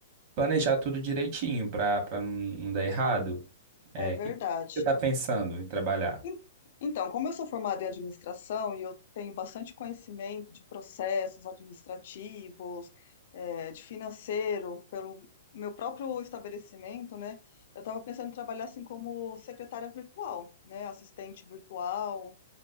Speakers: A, on the right; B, on the left.
A: planejar tudo direitinho para para não dar errado. É,
B: É verdade.
A: o que você está pensando em trabalhar?
B: En- Então, como eu sou formada em administração e eu tenho bastante conhecimento de processos administrativos, eh, de financeiro, pelo meu próprio estabelecimento, né? Eu estava pensando em trabalhar assim como secretária virtual, né? Assistente virtual,